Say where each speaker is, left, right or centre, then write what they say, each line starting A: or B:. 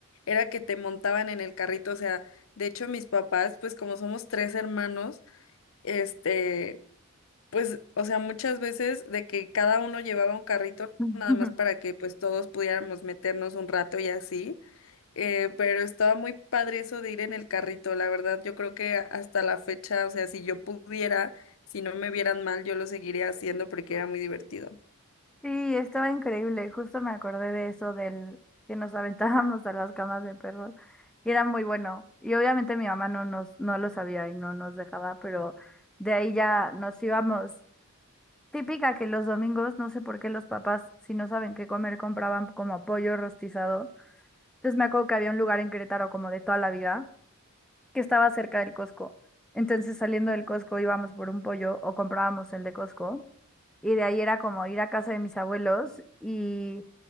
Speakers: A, on the left; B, in the centre.
A: era que te montaban en el carrito. O sea, de hecho, mis papás, pues como somos tres hermanos, este, pues, o sea, muchas veces de que cada uno llevaba un carrito
B: <laughs>
A: nada más para que pues todos pudiéramos meternos un rato y así. Eh, pero estaba muy padre eso de ir en el carrito, la verdad. Yo creo que hasta la fecha, o sea, si yo pudiera, si no me vieran mal, yo lo seguiría haciendo porque era muy divertido.
B: Sí, estaba increíble. Justo me acordé de eso del que nos <laughs> aventábamos a las camas de perros y era muy bueno. Y obviamente mi mamá no nos no lo sabía y no nos dejaba, pero de ahí ya nos íbamos. Típica que los domingos, no sé por qué los papás, si no saben qué comer, compraban como pollo rostizado. Entonces me acuerdo que había un lugar en Querétaro como de toda la vida que estaba cerca del Costco. Entonces, saliendo del Costco íbamos por un pollo o comprábamos el de Costco. Y de ahí era como ir a casa de mis abuelos y